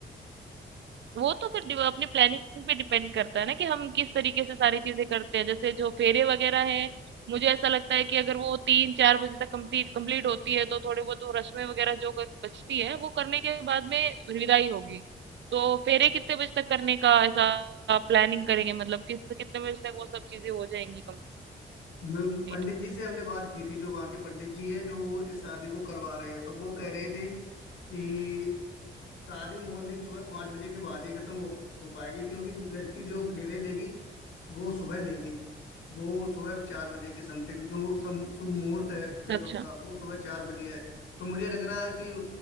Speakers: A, on the right; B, on the left.
A: वो तो फिर डि- अपनी प्लानिंग पे डिपेंड करता है ना कि हम किस तरीके से सारी चीजें करते हैं जैसे जो फेरे वगैरह हैं मुझे ऐसा लगता है कि अगर वो तीन चार बजे तक कंप्लीट कंप्लीट होती है तो थोड़े बहुत वो रस्में वगैरह जो कर- बचती है वो करने के बाद में विदाई होगी तो फेरे कितने बजे तक करने का ऐसा प्लानिंग करेंगे मतलब किस कितने बजे तक वो सब चीजें हो जाएंगी
B: मैं-
A: कंप्लीट
B: पंडित जी से हमने बात की थी जो वहाँ के पंडित जी है जो वो इस शादी को करवा रहे हैं तो वो कह रहे थे कि शादी मॉर्निंग सुबह पाँच बजे के बाद ही खत्म हो प- हो पाएगी क्योंकि लड़की जो फेरे लेगी वो सुबह लेगी वो सुबह चार बजे के समथिंग जो सम- शुभ मुहूर्त है फेरों
A: अच्छा
B: का वो सुबह चार बजे है तो मुझे लग रहा है कि